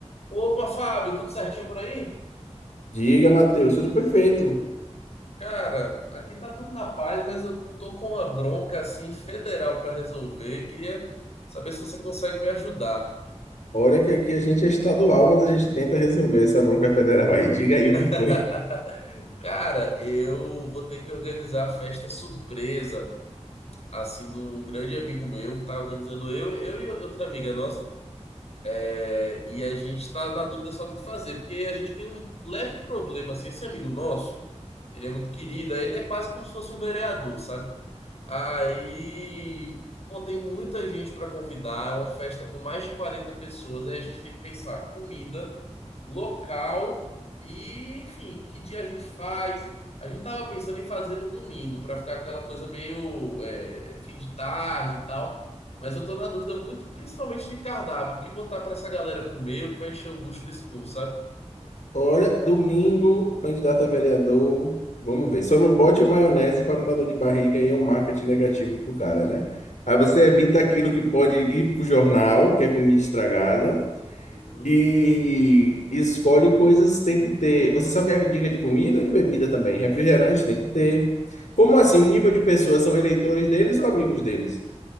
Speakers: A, on the left; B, on the left.
A: Opa, Fábio, tudo certinho por aí?
B: Diga, Matheus, tudo perfeito.
A: Cara, aqui tá tudo na paz, mas eu tô com uma bronca assim federal pra resolver. Queria saber se você consegue me ajudar.
B: Olha que aqui a gente é estadual, mas a gente tenta resolver essa bronca federal aí. Diga aí o
A: <laughs>
B: que foi.
A: Cara, eu vou ter que organizar a festa surpresa assim de um grande amigo meu, tá organizando eu, eu e outra amiga nossa. É, e a gente está na dúvida só do que fazer, porque a gente tem um leve problema, assim, esse amigo nosso, ele é muito querido, aí ele é quase como se fosse um vereador, sabe? Aí, pô, tem muita gente para convidar, é uma festa com mais de 40 pessoas, aí a gente tem que pensar comida, local e, enfim, que dia a gente faz. A gente tava pensando em fazer no domingo, para ficar aquela coisa meio é, fim de tarde e tal. Mas eu tô na dúvida muito, principalmente de cardápio. O que botar pra essa galera comer, o que vai encher o bucho desse povo, sabe?
B: Olha, domingo, candidato a vereador. Vamos ver. Só não bote maionese para não dar dor de barriga e é um marketing negativo pro cara, né? Aí você evita aquilo que pode ir pro jornal, que é comida estragada,
A: Uhum.
B: e escolhe coisas que tem que ter. Você só quer dica de comida ou de bebida também? Refrigerante tem que ter. Como assim? O nível de pessoas são eleitores deles ou amigos deles?